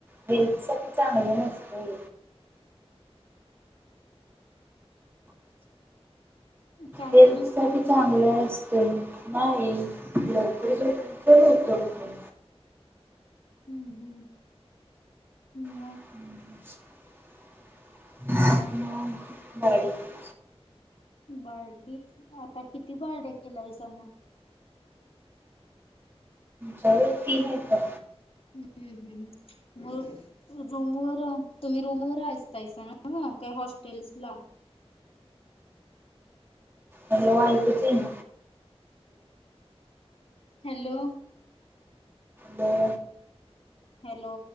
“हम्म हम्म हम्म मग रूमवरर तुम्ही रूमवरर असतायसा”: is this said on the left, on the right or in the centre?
Left